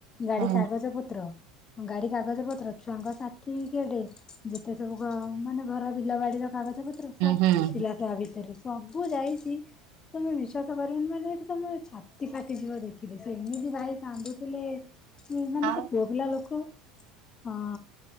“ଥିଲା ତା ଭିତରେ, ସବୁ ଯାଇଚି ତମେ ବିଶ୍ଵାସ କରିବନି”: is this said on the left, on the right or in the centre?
Left